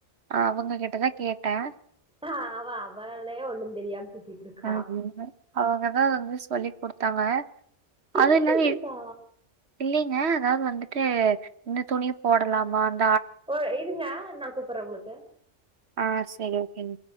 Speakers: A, on the right; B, in the centre.
A: அவுங்க கிட்டதா கேட்டே
B: ஆஹ் அவ அவளே ஒண்ணு தெரியாம சுத்திட்டு இருக்கா
A: அதே தா அவுங்கதா வந்து சொல்லி் குடுத்தாங்க
B: என்ன
A: அது என்னது
B: சொல்லி குடுத்தா
A: <unintelligible> இல்லி ங்க அதாவ்து வந்துட்டு இந்த துணிய போடலாமா அந்
B: ஒ இருங்க நா கூப்புறே உங்களுக் கு
A: ஆஹ் செரி ஓகேங்